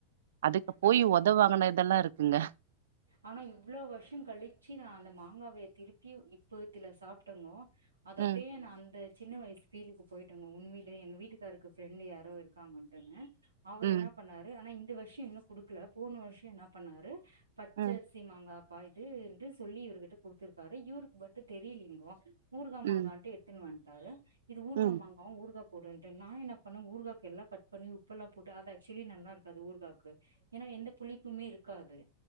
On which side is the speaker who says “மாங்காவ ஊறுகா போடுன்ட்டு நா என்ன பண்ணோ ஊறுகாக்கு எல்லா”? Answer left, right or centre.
Right